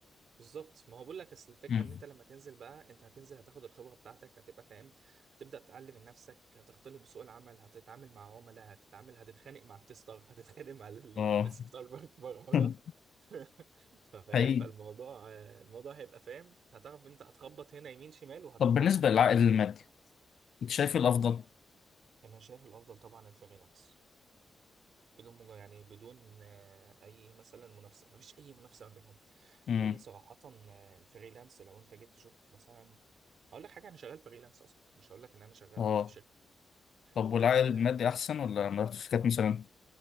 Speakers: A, on the right; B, on the left.
A: بالظبط ما هو بقول لك اصل الفكره
B: مم.
A: ان انت لما تنزل بقى انت هتنزل هتاخد الخبره بتاعتك هتبقى فاهم هتبدا تتعلم من نفسك هتختلط بسوق العمل هتتعامل مع عملاء هتتعامل هتتخانق مع التستر هتتخانق مع الناس
B: اه
A: بتاع البرمجه
B: <laughs>
A: <laughs> ففاهم
B: حقيقي
A: فالموضوع آه، الموضوع هيبقى فاهم هتعرف انت هتخبط هنا يمين شمال وهتطلع
B: طب بالنسبه
A: هتبقى
B: للعائد المادي
A: زي الفل
B: انت شايف إيه الافضل
A: ال- انا شايف الافضل طبعا الفريلانس بدون مجا- يعني بدون آه، اي مثلا منافسه مفيش اي منافسه ما بينهم
B: امم
A: لان صراحه آه، الفريلانس لو انت جيت تشوف مثلا هقول لك حاجه انا شغال فريلانس اصلا مش هقول لك ان انا شغال
B: اه
A: في شركه
B: طب والعائد
A: آه،
B: المادي احسن ولا مرات الشركات مثلا